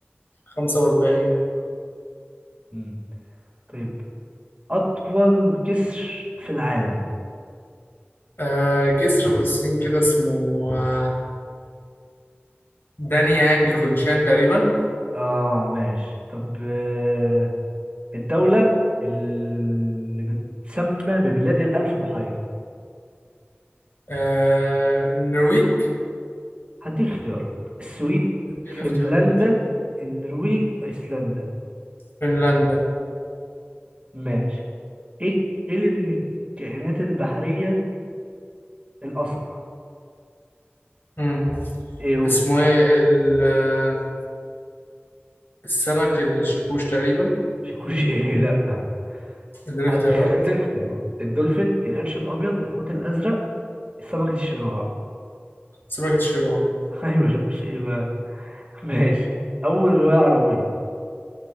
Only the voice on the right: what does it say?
مم. طيب أطول جسر في العالم
آه ماشي طب أه الدولة اللي بتسمى ببلاد الألف بحيرة
هديك اختيارات السويد
فنلندا
النرويج ايسلندا
ماشي ايه إيه اللي من الكائنات البحرية الأسرع
ايه هو
مش هيكونش <laughs> ايه لا
هديك
هديك اختيارات الدولفين القرش الأبيض الحوت الأزرق سمكة الشراع
<laughs> ايوه مش هيكونش ايه بقى <laughs> ماشي أول رواية عربية